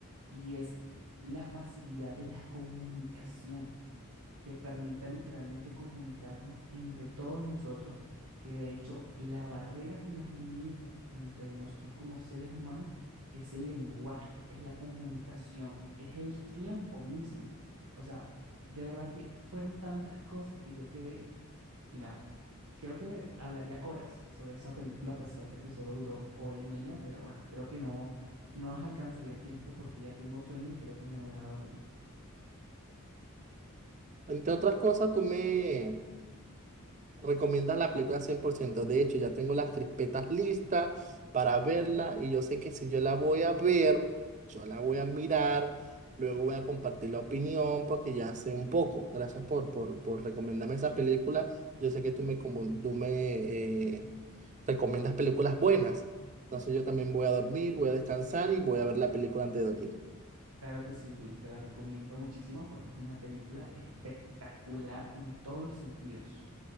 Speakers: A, on the right; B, on the right.
A: y es la facilidad de la comunicación que permita literalmente comunicarnos entre todos nosotros, que de hecho la barrera que nos limita entre nosotros como seres humanos es el lenguaje, es la comunicación, es el tiempo mismo. O sea, de verdad que fueron tantas cosas que yo quedé Mira, creo que hablaría horas sobre esa película, a pesar de que solo duró hora y media, pero bueno, creo que no, no nos alcanzaría el tiempo porque ya tengo sueño y creo que me voy a dormir.
B: Entre otras cosas, tú me, Recomiendan la película 100%. De hecho, ya tengo las crispetas listas para verla y yo sé que si yo la voy a ver, yo la voy a mirar, luego voy a compartir la opinión porque ya sé un poco. Gracias por, por, por recomendarme esa película. Yo sé que tú me, como, tú me eh, recomiendas películas buenas. Entonces yo también voy a dormir, voy a descansar y voy a ver la película antes de dormir.
A: Claro que sí, Luis, te la recomiendo muchísimo porque es una película espectacular en todos los sentidos.